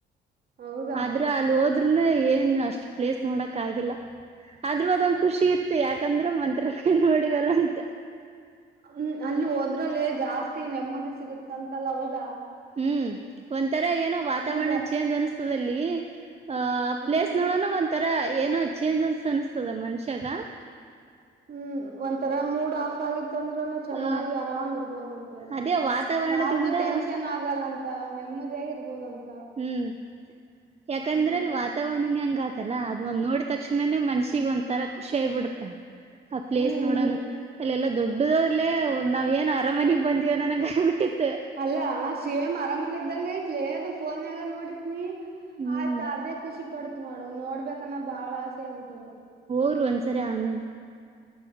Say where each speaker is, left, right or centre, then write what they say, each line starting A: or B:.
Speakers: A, on the right; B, on the right.
A: ಹೌದಾ
B: ಆದ್ರೆ ಅಲ್ಲಿ ಹೋದ್ರೂನು ಏನ್ ಅಷ್ಟ್ ಪ್ಲೇಸ್ ನೋಡ್ ಆಗಿಲ್ಲ ಆದ್ರೂ ಅದ್ ಖುಷಿ ಇತ್ತ್ ಯಾಕಂದ್ರೆ ಮಂತ್ರ ನೋಡಿ ಅಂತ್
A: ಹ್ಮ್ ಅಲ್ಲಿ ಹೋದ್ರಲ್ಲೇ ಜಾಸ್ತಿ ನೆಮ್ಮದಿ ಸಿಗುತ್ತ್ ಅಂತಲ್ಲ ಹೌದಾ.
B: ಹ್ಮ್ ಒ ತರ ಏನೋ ವಾತಾವರಣ
A: ಒಂತ
B: ಚೇಂಜ್ ಅನಿಸತದೆ ಅಲ್ಲಿ ಆ ಪ್ಲೇಸ್
A: ಹ್ಮ್
B: ನೋಡೋಣ ಒಂತ್ರ ಏನೋ ಚೇಂಜ್ ಅನ್ಸ ಅನಸ್ತದ ಮನ್ಷ್ಯಾಗ
A: ಹ್ಮ್ ಒಂಥರ ಮೂಡ್ ಆಫ್ ಆಗಿತ್ತ್ ತಂದ್ರೂನು ಚೆನ್ನಾಗಿ
B: ಹ
A: ಆರಾಮ್ ಇರ್ಬೋದಂತ ಅಲ್ಲಿ
B: ಅದೇ ವಾತಾವರಣದಿಂದ
A: ಯಾವ್ದ ಟೆನ್ಷನ್ ಆಗಲ್ಲಂತ. ನೆಮ್ಮದಿ ಯಾಗ್ ಇರ್ಬಹದುಂತ್
B: ಹ್ಮ್ ಯಾಕಂದ್ರೆ
A: ಹ್ಮ್
B: ಅಲ್ಲಿ ವಾತಾವರಣನೇ ಹಂಗ್ ಆದ್ ಅಲ್ಲಾ ಅದ್ ಒಂದ್ ನೋಡಿದ್ ತಕ್ಷಣ ನೇ ಮನ್ಷಿ ಸಿಗ್ ಒಂತರ ಖುಷಿಯೈ ಬಿಡ್ತಾ ಆ ಪ್ಲೇಸ್
A: ಹ್ಮ್
B: ನೋಡೋಣ
A: ಹ್ಮ್
B: ಅಲ್ಲೆಲ್ಲಾ ದೊಡ್ಡ ಡ್ಡ ದಾದ್ಲೆ ನಾವ್ ಏನ್ ಅರಮನೆಗ್ ಬಂದಿವೇ ನನಂಗ್ ಆಗ್ ಬಿಟ್ಟಿತ್ತ
A: ಅಲ್ಲಾ ಸೇಮ್ ಅರಮನೆ ಇದ್ದಂಗ್ ಐತ್ಲಿ ಅದು. ಫೋನ್ಯಾಗ್ ನೋಡತ್ನಿ
B: ಹ್ಮ್
A: ಆಯ್ತ್ ಅದೇ ಖುಷಿ ಪಡತ್ ಮಾಡ್ ನೋಡ್ಬೇಕನ್ನ ಬಾಳ ಆಸೆ ಆಗ್ಬಿಟ್ಟದ
B: ರ್ ಒಂದ್ಸರಿನ್